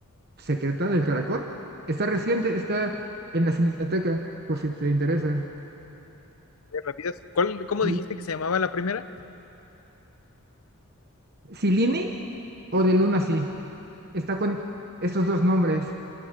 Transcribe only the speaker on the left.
La vida- ¿cuál- cómo
dijiste que se llamaba la primera?